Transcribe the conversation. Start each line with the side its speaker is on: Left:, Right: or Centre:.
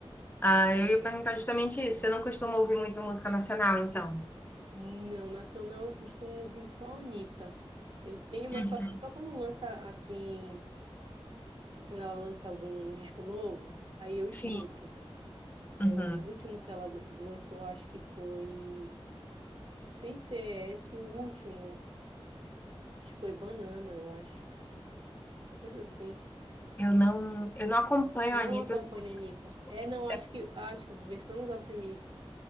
Left: Ah, eu ia perguntar justamente isso. Você não costuma ouvir muito música nacional, então?
Right: Não, nacional eu costumo ouvir só a Anitta. Eu tenho, mas
Left: Uhum.
Right: só que só quando lança assim, quando ela lança algum disco novo, aí eu escuto.
Left: Sim.
Right: É,
Left: Uhum.
Right: o último que ela lançou, acho que foi. Sem ser esse, o último. Acho que foi Banana, eu acho. Uma coisa assim.
Left: Eu não, eu não acompanho
Right: Não
Left: a Anitta.
Right: acompanha
Left: Eu sou
Right: a Anitta.
Left: muito
Right: É, não, acho que acho que versão of Me.